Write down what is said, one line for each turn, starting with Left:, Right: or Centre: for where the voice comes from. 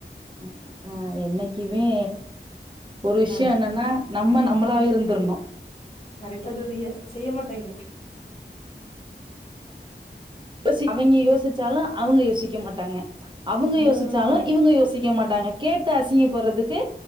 Right: அ ஆ என்னைக்குமே ஒரு விஷ்ய
Left: ஆ
Right: என்னன்னா நம்ம நம்மளாவே இருந்துருனு
Left: கரெக்ட்டா சொல்றிய செய்ய மாட்டாங்க
Right: யோசி அவங்க யோசிச்சாலு அவங்க யோசிக்க மாட்டாங்க அவங்க
Left: ம்
Right: யோசிச்சாலு இவங்க யோசிக்க மாட்டாங்க, கேட்டு அசிங்க பட்றதுக்கு